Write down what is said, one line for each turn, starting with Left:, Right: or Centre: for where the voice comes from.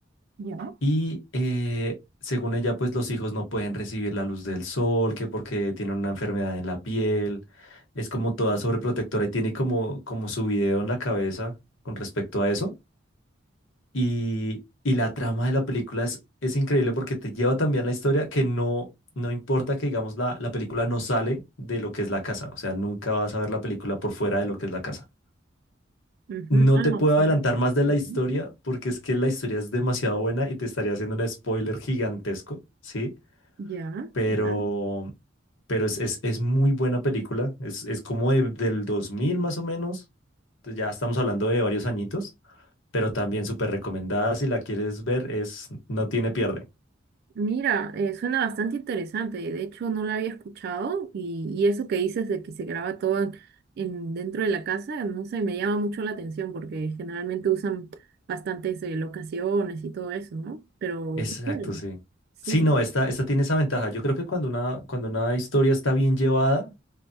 Right: Ya.
Left: Y eh, según ella, pues los hijos no pueden recibir la luz del sol, que porque tienen una enfermedad en la piel. Es como toda sobreprotectora y tiene como, como su video en la cabeza con respecto a eso. Y, y la trama de la película es, es increíble porque te lleva también la historia que no, no importa que, digamos, la, la película no sale de lo que es la casa. O sea, nunca vas a ver la película por fuera de lo que es la casa.
Right: Ujú.
Left: No
Right: Ah,
Left: te
Right: no,
Left: puedo
Right: sí.
Left: adelantar más de la
Right: Ujú.
Left: historia porque es que la historia es demasiado buena y te estaría haciendo un spoiler gigantesco, ¿sí?
Right: Ya,
Left: Pero,
Right: ya.
Left: pero es, es, es muy buena película, es, es como de- del 2000 más o menos, entonces ya estamos hablando de varios añitos, pero también súper recomendada si la quieres ver, es no tiene pierde.
Right: Mira, eh, suena bastante interesante. De hecho, no la había escuchado y, y eso que dices de que se graba todo en, en- dentro de la casa, no sé, me llama mucho la atención porque generalmente usan bastantes eh, locaciones y todo eso, ¿no? Pero,
Left: Exacto,
Right: qué chévere.
Left: sí.
Right: Sí,
Left: Sí,
Right: sí.
Left: no, esta, esta tiene esa ventaja. Yo creo que cuando una, cuando una historia está bien llevada,